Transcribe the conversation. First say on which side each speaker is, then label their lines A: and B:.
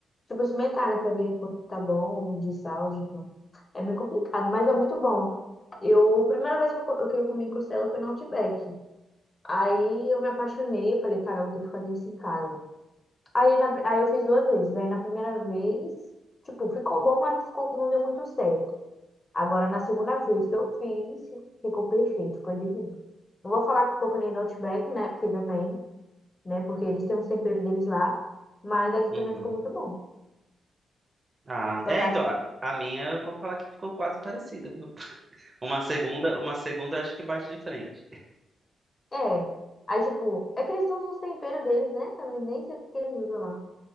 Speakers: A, on the left (about 30°); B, on the right (about 30°).
A: tipo, experimentar, né? Pra ver quanto tá bom de sal, de... não. É meio complicado, mas é muito bom. Eu, a primeira vez que eu, co- que eu comi costela foi no Outback. Aí eu me apaixonei, eu falei, cara, eu vou ter que fazer isso em casa. Aí, na- aí eu fiz duas vezes. Aí na primeira vez, tipo, ficou bom, mas não ficou, não deu muito certo. Agora na segunda vez que eu fiz, ficou perfeito, ficou divino. Não vou falar que ficou que nem do Outback, né? Porque também, né? Porque eles têm os temperos deles lá. Mas aqui
B: Uhum.
A: também ficou muito bom.
B: Ah,
A: Com
B: é,
A: a carne.
B: então, a, a minha eu vou falar que ficou quase parecida, viu? <laughs> Uma segunda, uma segunda acho que bate de frente.
A: É. Aí, tipo, é que eles usam os temperos deles, né? Eu nem sei o que eles usam lá.